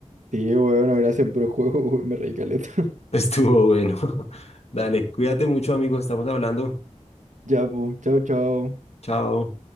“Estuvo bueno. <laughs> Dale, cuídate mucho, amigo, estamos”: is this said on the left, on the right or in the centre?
Left